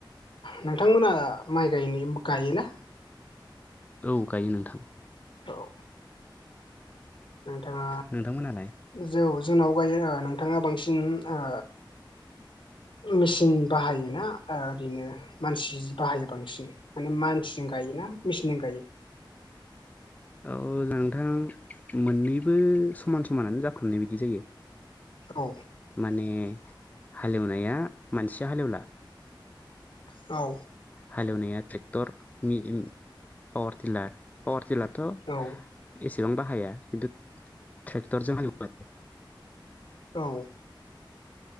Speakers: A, on the left (about 75°); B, on the left (about 20°).
A: नोंथांमोना माइ गाय गायोना
B: औ गायो नोंथां
A: औ नोंथाङा
B: नोंथांमोनालाय
A: जौ जोंनाव गायो ओ नोंथाङा बांसिन ओ मेचिन बाहायोना ओ ओरैनो मानसि बाहायो बांसिन माने मानसिजों गायो ना मेसिनजों गायो
B: औ नोंथां मोननैबो समान समानानो जाफ्रामनाय बायदि जायो
A: औ
B: माने हालेवनाया मानसिया हालेवला
A: औ
B: हालेवनाया ट्रेक्टर पावार टिलार पावार टिलारथ'
A: औ
B: एसेबां बाहाया खिन्थु ट्रेक्टर जों <unintelligible>
A: औ